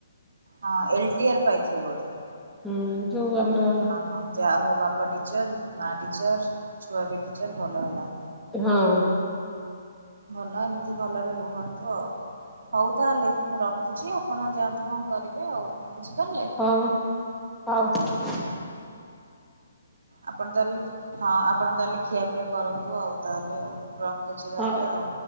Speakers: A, on the right; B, in the centre.
A: ହଁ ଏଲ୍ ଟି ଆର ପାଇଥିବେ ବୋଧେ।
B: ହୁଁ ଯୋଉ ଆମର
A: ହଁ ଯାହା ହୋଉ ବାପା ଟିଚର ମା ଟିଚର ଛୁଆ ବି ଟିଚର ଭଲ ହେଲା।
B: ହଁ।
A: ଭଲ ଏମିତି ଭଲରେ ରୁହନ୍ତୁ ଆଉ। ହୋଉ ତାହେଲେ ମୁଁ ରଖୁଚ। ଆପଣ ଯାଆନ୍ତୁ କଣ କରିବେ ଆଉ ବୁଝିପାରିଲେ।
B: ହୋଉ ହୋଉ।
A: ଆପଣ ତାହେଲେ ହଁ ଆପଣ ତାହେଲେ ଖିଆପିଆ କରନ୍ତୁ ଆଉ ତାହେଲେ ଆଉ। ରଖୁଚି ତାହେଲେ
B: ହଉ।
A: ଆଉ।